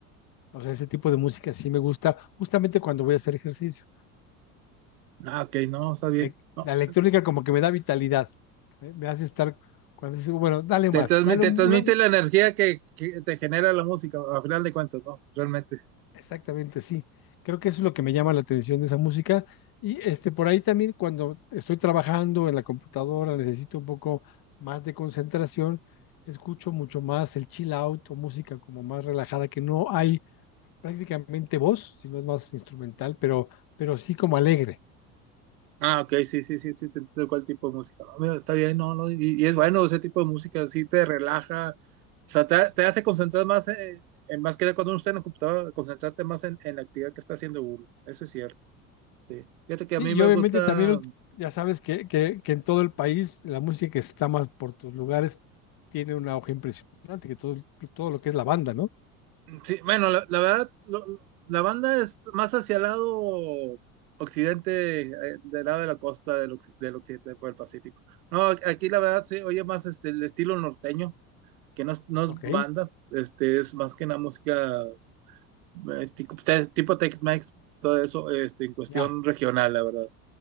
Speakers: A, on the left; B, on the right.
A: o sea, ese tipo de música sí me gusta justamente cuando voy a hacer ejercicio.
B: Ah, ok, no, está bien.
A: La, lec-
B: No,
A: la electrónica como que me da vitalidad, ¿eh? Me hace estar, cuando dice, bueno, dale
B: te
A: más,
B: transmite,
A: dale un,
B: te transmite
A: una- un-".
B: la energía que, que te genera la música, a final de cuentas, ¿no? Realmente.
A: Exactamente, sí. Creo que eso es lo que me llama la atención de esa música. Y este, por ahí también cuando estoy trabajando en la computadora, necesito un poco más de concentración, escucho mucho más el chill out o música como más relajada, que no hay prácticamente voz, sino es más instrumental, pero, pero sí como alegre.
B: Ah, ok, sí, sí, sí, sí, te entiendo cuál tipo de música. No, mira, está bien, no, no, y, y es bueno ese tipo de música, sí te relaja, o sea, te, te hace concentrar más, eh, en, más que nada cuando uno está en la computadora, concentrarte más en, en la actividad que está haciendo uno. Eso es cierto, sí. Fíjate que
A: Sí,
B: a mí
A: y
B: me
A: obviamente
B: gusta.
A: también ulti- ya sabes que, que, que en todo el país la música que está más por tus lugares tiene una hoja impresionante, que todo, que todo lo que es la banda, ¿no?
B: Sí, bueno, la, la verdad, lo- la banda es más hacia el lado occidente, eh, del lado de la costa del, occ- del occidente por el Pacífico. No, a- aquí la verdad se oye más este, el estilo norteño, que no es, no es
A: Ok,
B: banda, este, es más que una música eh, tipo, te- tipo Tex-Mex, todo eso, este, en cuestión
A: ya.
B: regional, la verdad.